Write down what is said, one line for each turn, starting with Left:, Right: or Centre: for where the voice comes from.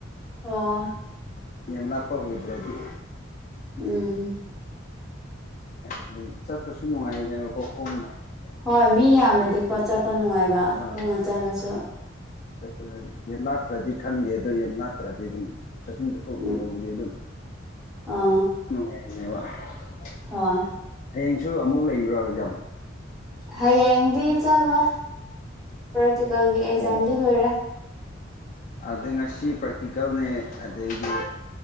Centre: ꯑꯣ
Left: ꯌꯥꯝ ꯂꯥꯞꯄ ꯑꯣꯏꯗ꯭ꯔꯗꯤ
Centre: ꯎꯝ
Left: ꯑꯩ ꯑꯗꯨꯝ ꯆꯠꯄꯁꯨ ꯅꯨꯡꯉꯥꯏꯕꯅꯦꯕꯀꯣ ꯈꯣꯡꯅ
Centre: ꯍꯣꯏ ꯃꯤ ꯌꯥꯝꯔꯗꯤꯀꯣ ꯆꯠꯄ ꯅꯨꯡꯉꯥꯏꯕ
Left: ꯍꯣꯏ
Centre: ꯍꯣꯡꯉ ꯆꯠꯂꯁꯨ
Left: <inaudible> ꯌꯥꯝ ꯂꯥꯞꯈ꯭ꯔꯗꯤ ꯈꯪꯗꯦ ꯑꯗꯣ ꯌꯥꯝ ꯂꯥꯞꯇ꯭ꯔꯗꯤ ꯑꯗꯨꯝ ꯆꯠꯊꯤꯟ ꯆꯠꯊꯣꯛ
Centre: ꯎꯝ
Left: ꯇꯧꯕꯗꯤ ꯑꯗꯨꯝ
Centre: ꯑꯥ
Left: <unintelligible>
Centre: ꯍꯣꯏ
Left: ꯍꯌꯦꯡꯁꯨ ꯑꯃꯨꯛ ꯂꯩꯕ꯭ꯔꯣ ꯑꯦꯛꯖꯥꯝ
Centre: ꯍꯌꯦꯡꯗꯤ ꯆꯠꯂꯣ ꯄ꯭ꯔꯦꯛꯇꯤꯀꯦꯜꯒꯤ ꯑꯦꯛꯖꯥꯝꯗꯤ
Left: ꯑꯣ
Centre: ꯂꯣꯏꯔꯦ
Left: ꯑꯗꯩ ꯉꯁꯤ ꯄ꯭ꯔꯥꯛꯇꯤꯀꯦꯜꯅꯦ ꯑꯗꯩꯗꯤ